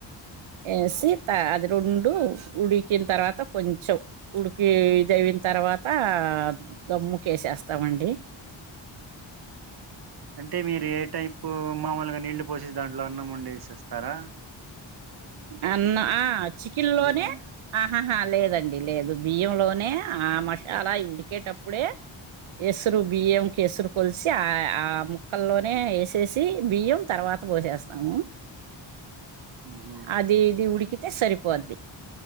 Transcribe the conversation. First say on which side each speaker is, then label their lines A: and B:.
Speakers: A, on the right; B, on the right.
A: ఏసి త అది రెండు ఉడికిన్ తర్వాత కొంచం ఉడికి ఇదైవిన్ తర్ తర్వాతా దమ్ము కేేసేస్తామండి.
B: అంటే మీరు ఏ టైపు మామూల్గా నీళ్ళు పోసేస్ దాంట్లో అన్నం వండి ఏసేస్తారా?
A: అన్న ఆ చికెన్లోనే
B: దాంట్లో
A: ఆహాహా లేదన్ డి లేదు బియ్యలోనే ఆ మసాలా ఉడికేటప్పుడే ఎసురు బియ్యంకి ఎసురు కొల్సి ఆ ఆ ముక్కల్లోనే ఏసేసి బియ్యం తర్వాత్ త పోసేస్తాము.
B: మ్మ్.
A: అది ఇది ఉడికితే సరిపోద్ది.